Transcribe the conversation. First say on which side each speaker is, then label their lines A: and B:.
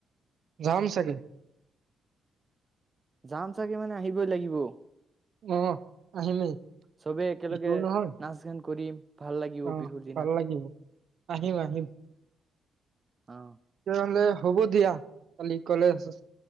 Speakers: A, on the right; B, on the right.
A: যাম চাগে।
B: যাম চাগে মানে আহিবই লাগিব।
A: অ', আহিমেই।
B: চবেই একেলগে
A: বিহু নহয়
B: নাচ গান কৰিম। ভাল লাগিব
A: অ',
B: বিহুৰ দিনা
A: ভাল লাগিব আহিম, আহিম।
B: অহ।
A: তেতিয়াহ'লে হ'ব, দিয়া কালি কলেজ